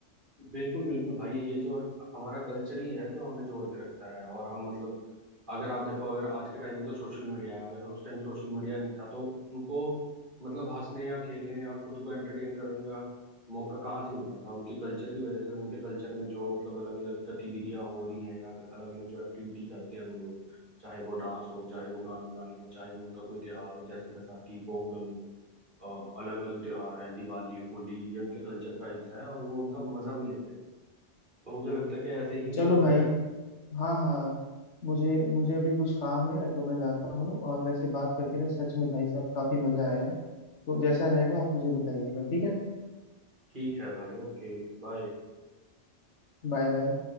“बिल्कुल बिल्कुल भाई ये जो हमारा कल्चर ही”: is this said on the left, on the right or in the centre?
Right